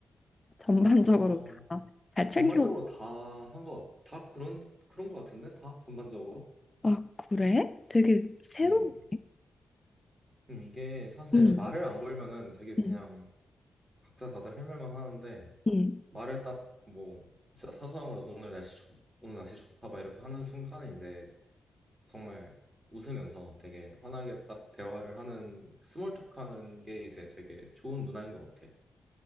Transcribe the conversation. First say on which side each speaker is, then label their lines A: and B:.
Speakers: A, on the left; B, on the right.
A: <laughs> 전반적으로
B: 어,
A: 다 잘 챙겨?
B: 전반적으로 다 한 것, 다 그런, 그런 것 같은데? 다? 전반적으로?
A: 아, 그래? 되게 새로운데?
B: 음, 음, 이게 사실
A: 응,
B: 말을 안 걸면은 되게 그냥
A: 응,
B: 각자 다들 할 말만 하는데,
A: 응.
B: 말을 딱 뭐, 진짜 사소한 걸 오늘 날씨 좋, 오늘 날씨 좋다, 막 이렇게 하는 순간에 이제 정말 웃으면서 되게 환하게 딱 대화를 하는, 스몰 토크 하는 게 이제 되게 좋은 문화인 것 같아.